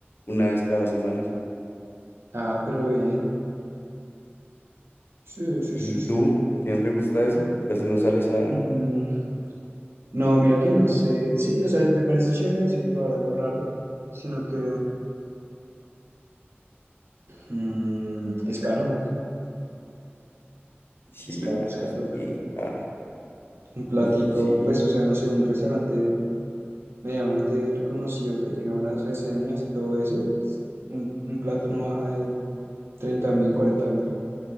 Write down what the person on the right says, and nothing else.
Ah, pero bien. Sí, sí,
sí,
sí.
Mm, no, mira que no sé. Sí, o sea, me parece chévere así probar algo raro, sino que mm, es caro,
es caro,
es caro.
Un platico,
pues, o sea, no sé, un restaurante medianamente reconocido que tenga buenas reseñas y todo eso, un, un plato no baja de treinta mil, cuarenta mil,